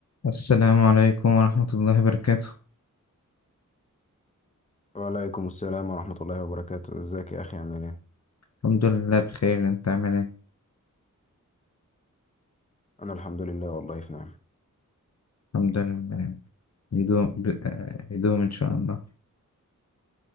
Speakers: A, on the left; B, on the left.
A: السلام عليكم ورحمة الله وبركاته
B: وعليكم السلام ورحمة الله وبركاته ازيك يا أخي عامل ايه؟
A: الحمد لله بخير انت عامل ايه
B: أنا الحمد لله والله في نعمة
A: الحمد لله يدوم ب... آه، يدوم ان شاء الله